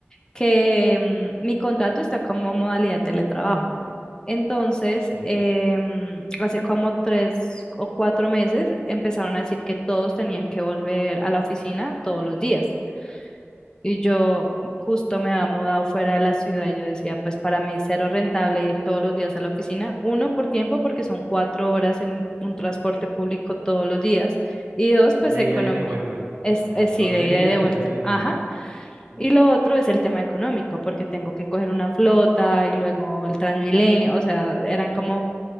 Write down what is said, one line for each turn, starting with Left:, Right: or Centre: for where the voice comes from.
Left: que mm, mi contrato está como modalidad teletrabajo. Entonces,
Right: Sí.
Left: em, hace como tres o cuatro meses empezaron a decir que todos tenían que volver a la oficina todos los días. Y yo justo me había mudado fuera de la ciudad y yo decía, pues para mí es cero rentable ir todos los días a la oficina. Uno, por tiempo, porque son cuatro horas en un transporte público todos los días. Y dos,
Right: De
Left: pues económico.
Right: ida y de vuelta.
Left: Es,
Right: O sea,
Left: es sí,
Right: dos
Left: de
Right: de
Left: ida
Right: ida
Left: y de vuelta.
Right: y dos de venida.
Left: Ajá.
Right: Uf,
Left: Y lo otro es el tema económico, porque tengo que coger una flota y luego el Transmilenio. O sea, eran como,